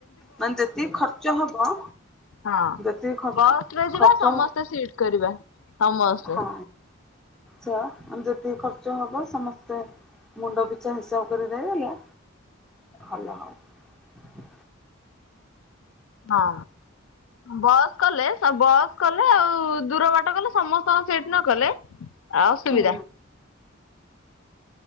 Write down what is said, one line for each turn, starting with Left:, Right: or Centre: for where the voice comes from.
Centre: ମାନେ ଯେତିକି ଖର୍ଚ୍ଚ ହବ
Left: ହଁ
Centre: ଯେତିକି ଖର୍ଚ୍ଚ
Left: ବସ ରେ ଯିବା
Centre: ଖର୍ଚ୍ଚ
Left: ସମସ୍ତେ ସିଟ କରିବା। ସମସ୍ତେ।
Centre: ହଁ । ଯେତିକି ଖର୍ଚ୍ଚ ହବ ସମସ୍ତେ ମୁଣ୍ଡ ବିଛା ହିସାବ କରି ଦେଇଦେଲେ ଭଲ ହବ।
Left: ହଁ। ବସ୍ କଲେ ବସ୍ କଲେ ଆଉ ଦୂର ବାଟ କଲେ ସମସ୍ତଙ୍କ ସିଟ ନ କଲେ ଆହୁରି ସୁବିଧା।
Centre: ହୁଁ